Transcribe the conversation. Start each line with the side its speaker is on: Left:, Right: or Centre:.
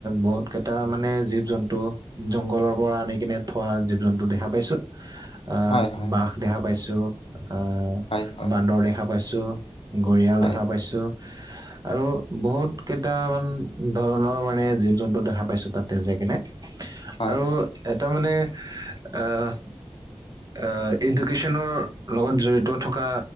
Right: বহুত এটা মানে জীৱ জন্তু জংঘলৰ পৰা আনি কিনে থোৱা জীৱ জন্তু দেখা পাইছো। আহ,
Left: হয় হয় হয়
Right: বশ দেখা পাইছো আহ
Left: হয় হয় হয়
Right: বান্দৰ দেখা পাইছো। গৰিয়াল
Left: হয়
Right: দেখা পাইছো আৰু বহুত কেইটামান ধৰণৰ মানে জীৱ জন্তু দেখা পাইছো তাতে যাই কিনে
Left: হয়
Right: আৰু এটা মানে আহ, এ- এডুকেশ্যনৰ লগত জড়িত থকা